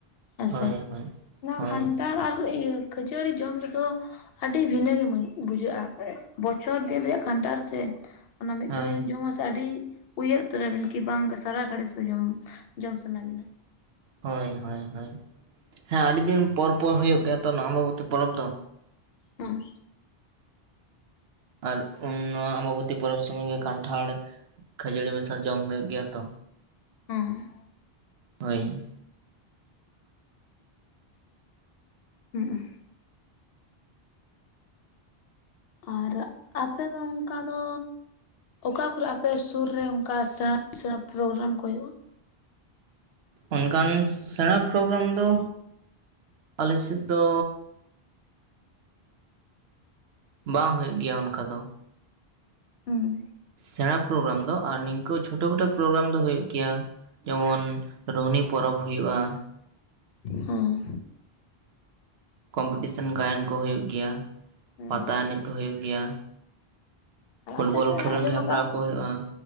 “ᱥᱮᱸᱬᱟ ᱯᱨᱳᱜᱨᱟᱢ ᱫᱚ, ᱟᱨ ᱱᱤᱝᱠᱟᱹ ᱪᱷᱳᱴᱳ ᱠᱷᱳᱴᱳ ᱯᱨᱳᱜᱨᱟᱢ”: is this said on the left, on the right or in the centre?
Right